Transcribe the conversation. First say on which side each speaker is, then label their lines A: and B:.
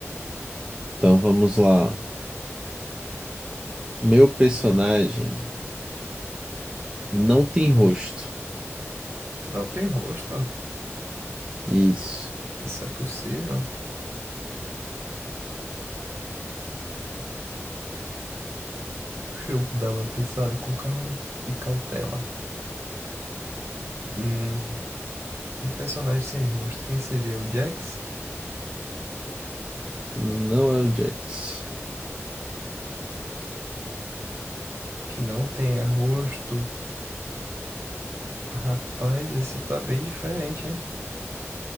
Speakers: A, on the right (about 20°); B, on the right (about 60°).
A: Então vamos lá. Meu personagem não tem rosto.
B: Não tem rosto?
A: Isso.
B: Isso é possível? Deixa eu dar uma pensada com calma e cautela. Hum, um personagem sem rosto. Quem seria o Jax?
A: Não é o Jax.
B: Que não tenha rosto. Rapaz, esse tá bem diferente, hein?